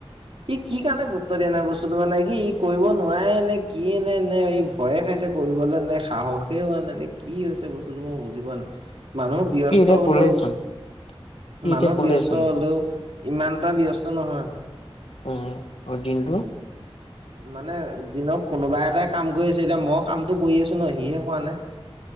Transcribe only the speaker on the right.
ই কি কাৰণে গুৰুত্ব দিয়া নাই বস্তু মানে কি ই কৰিব নোৱাৰে নে কি এ নে নে ই ভয়ে খাইছে কৰিবলৈ নে সাহসে হোৱা নাই এনে কি হৈছে বস্তুটো মই বুজি পোৱা নাই মানুহ ব্যস্ত
হ'লেও
মানুহ
ব্যস্ত হ'লেও ইমানটা ব্যস্ত নহয়।
মানে যিনক কোনোবা এটাই কাম কৰি আছে এতিয়া মই কামটো কৰি আছো ন সিহে কোৱা নাই